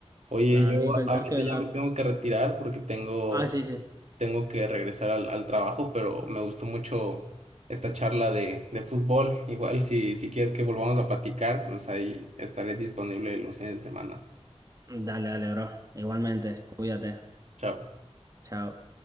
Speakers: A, on the right; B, on the right.
A: Oye,
B: claro.
A: yo
B: Y pensar
A: ahorita
B: que
A: ya
B: la...
A: me tengo que retirar porque tengo,
B: Ah, sí,
A: tengo que regresar al, al trabajo, pero
B: sí.
A: me gustó mucho esta charla de, de fútbol. Igual si, si quieres que volvamos a platicar, pues ahí estaré disponible los fines de semana.
B: Dale, dale, bro. Igualmente, cuídate.
A: Chao.
B: Chao.